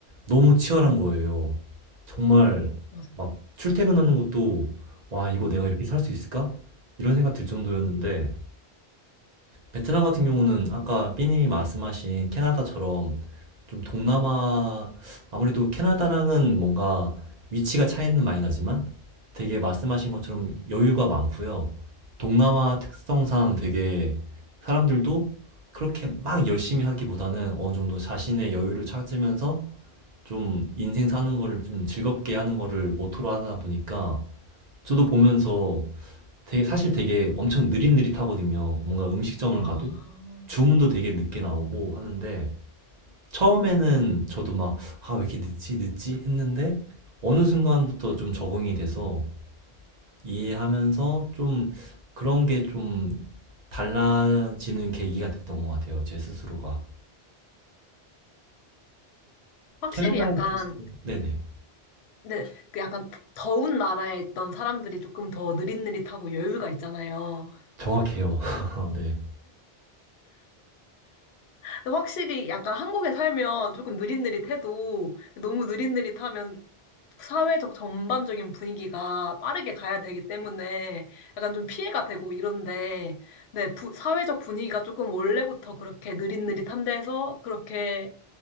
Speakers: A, on the right (about 50°); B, on the left (about 80°).
A: 너무 치열한 거예요. 정말
B: 맞아.
A: 막 출퇴근하는 것도 와 이거 내가 이렇게 살 수 있을까? 이런 생각 들 정도였는데 베트남 같은 경우는 아까 삐님이 말씀하신 캐나다처럼 좀 동남아, 아무래도 캐나다랑은 뭔가 위치가 차이는 많이 나지만 되게 말씀하신 것처럼 여유가 많고요. 동남아 특성상 되게 사람들도 그렇게 막 열심히 하기보다는 어느 정도 자신의 여유를 찾으면서 좀 인생 사는 거를 좀 즐겁게 하는 거를 모토로 하다 보니까 저도 보면서 되게 사실 되게 엄청 느릿느릿하거든요. 뭔가 음식점을
B: 아,
A: 가도 주문도 되게 늦게 나오고 하는데 처음에는 저도 막, 아, 왜 이렇게 늦지, 늦지 했는데 어느 순간부터 좀 적응이 돼서 이해하면서 좀 그런 게 좀 달라지는 계기가 됐던 것 같아요. 제 스스로가.
B: 확실히
A: 캐나다에
B: 약간,
A: 계실 때? 네네.
B: 근데 그 약간 더운 나라에 있던 사람들이 조금 더 느릿느릿하고 여유가 있잖아요.
A: 정확해요. <laughs> 네.
B: 근데 확실히 약간 한국에 살면 조금 느릿느릿해도 너무 느릿느릿하면 사회적 전반적인 분위기가 빠르게 가야 되기 때문에 약간 좀 피해가 되고 이런데, 네, 부- 사회적 분위기가 조금 원래부터 그렇게 느릿느릿한데서 그렇게